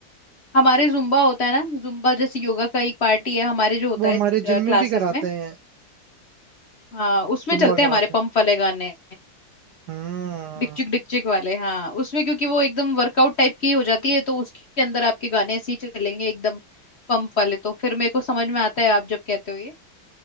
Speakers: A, on the left; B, on the right.
A: हमारे
B: तो
A: जुम्बा होता है ना जुम्बा जैसे योगा का एक पार्टी है हमारे जो होता
B: वो हमारे
A: है
B: जिम
A: क्लासेस
B: में भी कराते
A: में
B: हैं
A: हाँ उसमें
B: जुम्बा
A: चलते हैं
B: कराते
A: हमारे
B: हैं
A: पंप वाले गाने
B: हम्म
A: डिकचिक डिकचिक वाले हाँ उसमें क्योंकि वो एकदम वर्कआउट टाइप की हो जाती है तो उसके अंदर आपके गाने ऐसे ही चलेंगे एकदम पंप वाले तो फिर मेरे को समझ में आता है आप जब कहते हो ये